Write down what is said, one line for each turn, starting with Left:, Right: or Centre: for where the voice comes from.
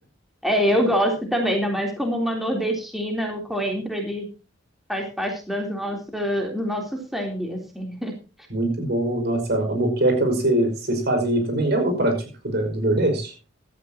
Centre: é, eu gosto também, ainda mais como uma nordestina, o coentro, ele faz parte das nossas, do nosso sangue, assim. <laughs>
Right: Muito bom. Nossa, a moqueca você, vocês fazem aí também? É um é um prato típico da- do Nordeste?